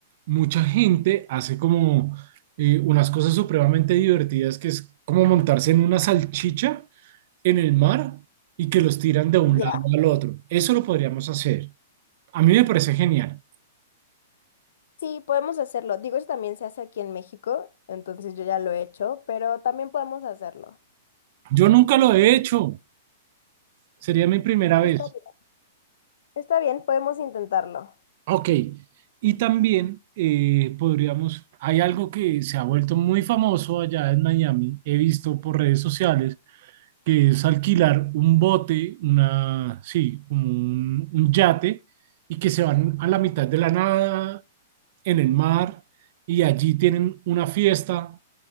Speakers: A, on the right (about 50°); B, on the left (about 70°).
A: mucha gente hace como eh, unas cosas supremamente divertidas, que es como montarse en una salchicha en el mar y que los tiran de un
B: Ya,
A: lado al otro. Eso lo podríamos hacer. A mí me parece genial.
B: sí, podemos hacerlo. Digo, eso también se hace aquí en México, entonces yo ya lo he hecho, pero también podemos hacerlo.
A: Yo nunca lo he hecho. Sería mi primera vez.
B: Está bien, está bien, podemos intentarlo.
A: Ok. Y también eh, podríamos, hay algo que se ha vuelto muy famoso allá en Miami. He visto por redes sociales que es alquilar un bote, una, sí, como un, un yate, y que se van a la mitad de la nada, en el mar, y allí tienen una fiesta